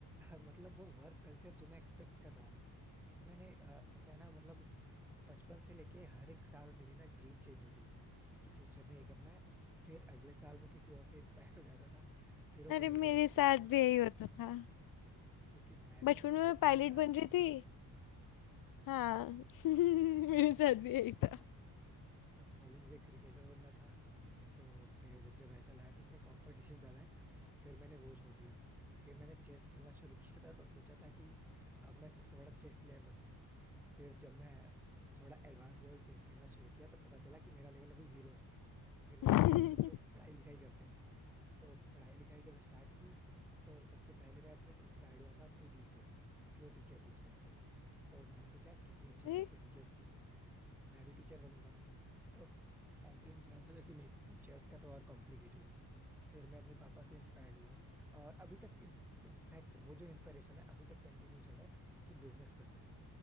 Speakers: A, in the centre; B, on the left.
A: है <laughs> मतलब वो वर्क कल्चर जो मैं एक्सपेक्ट कर रहा हूँ क्योंकि मैंने अ, ऐसा है ना मतलब बचपन से लेके हर एक साल मेरी ना ड्रीम चेंज होती थी कि फ्यूचर में ये करना है फिर अगले साल में किसी और से इंस्पायर हो जाता था फिर वो
B: अरे
A: बदलते
B: मेरे
A: रहता
B: साथ
A: था
B: भी यही होता था
A: क्योंकि पहले
B: बचपन
A: मैं क्रिकेट
B: में मैं पायलट
A: फैन था
B: बन रही थी हाँ <laughs> मेरे साथ भी यही था
A: तो पहले मुझे क्रिकेटर बनना था तो फिर जब ऐसा लगा कि इसमें कंपटीशन ज्यादा है फिर मैंने वो छोड़ दिया फिर मैंने चेस खेलना शुरू किया था तो सोचा था कि अब मैं सबसे बड़ा चेस प्लेयर बनूंगा फिर जब मैं थोड़ा एडवांस लेवल चेस खेलना शुरू किया तो पता चला कि मेरा लेवल अभी जीरो है फिर मैंने
B: <laughs>
A: थोड़ा सोचो पढ़ाई लिखाई करते हैं तो पढ़ाई लिखाई जब स्टार्ट की तो सबसे पहले मैं अपने इंस्पायर्ड हुआ था अपनी दी से क्योंकि वो टीचर थी उस टाइम पे तो मैंने सोचा यार कितनी अच्छी
B: अरे
A: लाइफ है टीचर्स की मैं भी टीचर बनूंगा तो एंड देन पता चला कि नहीं टीचर्स का तो और कॉम्प्लिकेटेड है फिर मैं अपने पापा से इंस्पायर्ड हुआ और अभी तक इनफैक्ट वो जो इंस्पिरेशन है अभी तक कंटिन्यू चल रहा है कि बिजनेस करना है